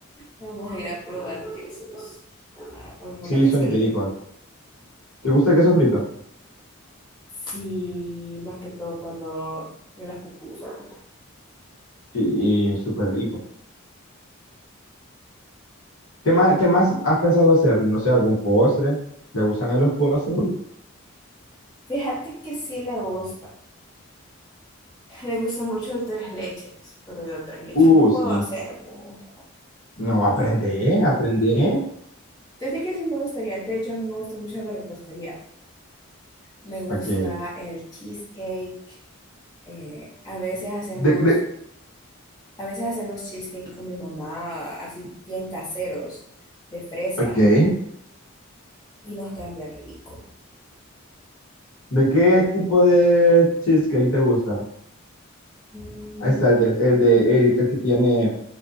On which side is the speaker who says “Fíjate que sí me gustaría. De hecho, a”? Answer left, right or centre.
Left